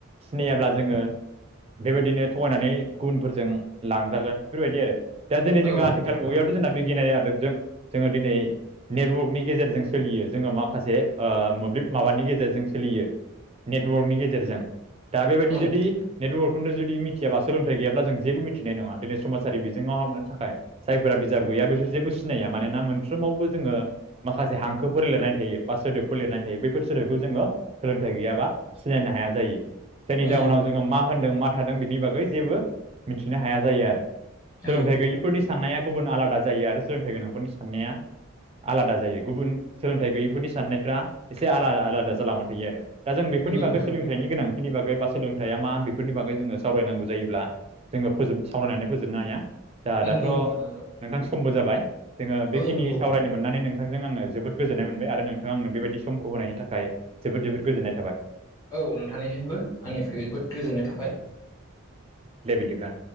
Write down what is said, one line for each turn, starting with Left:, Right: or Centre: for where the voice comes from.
Right: सिनायाब्ला जोङो बे बायदिनो थगायनानै गुबुनफोरजों लांजागोन फोरबायदि आरो दा दिनै जोंङो
Left: औ
Right: आथिखाल
Left: नंगौ
Right: मुगायाव थ' जोंना बिगियानारि आदबजों जोङो दिनै नेबवकनि गेजेरजों सोलियो जोङो माखासे ओ मोब्लिब माबानि गेजेरजों सोलियो। नेटवर्कनि गेजेरजों। दा बेबायदि
Left: औ
Right: जुदि नेटवर्कखौनो जुदि मिथियाबा सोलोंथाइ गैयाब्ला जों जेबो मिथिनाय नङा दिनै समाजारि बिजोंआव <unintelligible> नो थाखाय जायफोरा बिजाब गैया बिसोर जेबो सिनाया मानोना मोनफ्रावबो जोङो माखासे हांखो फोर लिरनाय थायो बा सोदोबफोर लिरनाय थायो बैफोर सोदोबखौ जोङो सोलोंथाइ गैयाबा सिनायनो हाया जायो। जायनि जाउनाव
Left: औ
Right: जोङो मा होनदों मा थादों बिनि बागै जेबो मिथिनो हाया जायो आरो।
Left: नंगौ
Right: सोलोंथाइ गैयिफोरनि साननाया गुबुन आलादा जायो आरो सोलोंथाइ गोनांफोरनि साननाया आलादा जायो गुबुन सोलोंथाइ गैयैफोरनि साननायफ्रा एसे आलादा आलादा जालांबा थायो आरो दा जों बेफोरनि
Left: नोंथां
Right: बागै सोलोंथाइनि गोनां थिनि बागै बा सोलोंथाइया मा बेफोरनि बागै जोङो सावरायनांगौ जायोब्ला जोङो फोजोब सावरायनानै फोजोबनो हाया। जा
Left: नंगौ
Right: दाथ'
Left: नोंथां नंगौ
Right: नोंथां समबो जाबाय जोङो बेखिनि
Left: औ नंगौ
Right: सावरायनो मोननानै नोंथांजों आङो जोबोद गोजो जोननाय मोनबाय आरो नोंथाङा आंनो बेबायदि समखौ होनायनि थाखाय जोबोद जोबोद गोजोननाय थाबाय।
Left: औ नोंथांनिसिमबो आंनिफ्राय जोबोद गोजोननाय थाबाय।
Right: दे बिदिब्ला।